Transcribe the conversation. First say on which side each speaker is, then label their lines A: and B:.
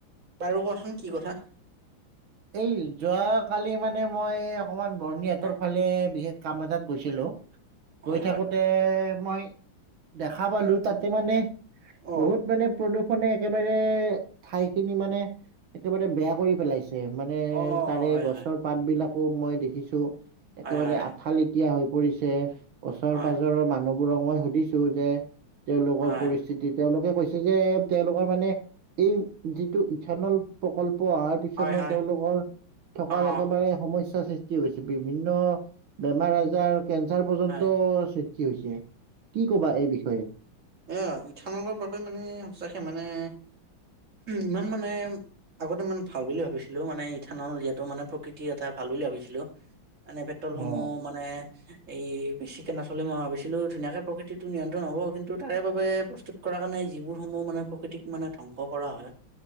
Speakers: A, on the right; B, on the right.
A: বাৰু কোৱাচোন কি কথা
B: এই যোৱাকালি মানে মই অকমান বৰণি হাতৰ
A: হয়
B: ফালে বিশেষ কাম এটাত গৈছিলো
A: হয়
B: গৈ থাকোতে
A: হয়
B: মই দেখা পালো
A: হয়
B: তাতে মানে
A: অ
B: বহুত মানে প্ৰদূষণে একেবাৰে ঠাই খিনি মানে একেবাৰে বেয়া কৰি পেলাইছে। মানে
A: অ
B: তাৰে
A: হয়
B: গছৰ
A: হয়
B: পাত বিলাকো মই দেখিছো একেবাৰে
A: হয় হয়
B: আঠালি হৈ পৰিছে ওচৰ
A: হয়
B: পাজৰৰ মানুহবোৰক মই সুধিছো যে তেওঁলোকৰ
A: হয়
B: পৰি তেওঁলোকে কৈছে যে তেওঁলোকৰ মানে এই যিটো ইথানল প্ৰকল্প অহাৰ পিছত
A: হয়
B: মানে
A: হয়
B: তেওঁলোকৰ থকাৰ
A: অ
B: একেবাৰে সমস্যাৰ সৃষ্টি হৈছে বিভিন্ন বেমাৰ আজাৰ কেন্সাৰ পৰ্যন্ত
A: হয়
B: সৃষ্টি হৈছে, কি কবা এই বিষয়ে
A: অ', ইথানলৰ বাবে মানে সঁচাকে মানে ইমান মানে আগতে ইমান ভাল বুলি ভাবিছিলো মানে ইথানল যিহেটো মানে প্ৰকৃতিৰ এটা ভাল বুলি ভাবিছিলো মানে পেট্ৰলসমূহ
B: অ
A: মানে এই বেছিকে নচলিলে মই ভাবিছিলো ধুনীয়াকে প্ৰকৃতিটো নিয়ন্ত্ৰণ হব কিন্তু টো তাৰে বাবে প্ৰস্তুত কৰা কাৰণে যিবোৰ সমূহ মানে প্ৰকৃতিক মানে ধ্বংস কৰা হয়।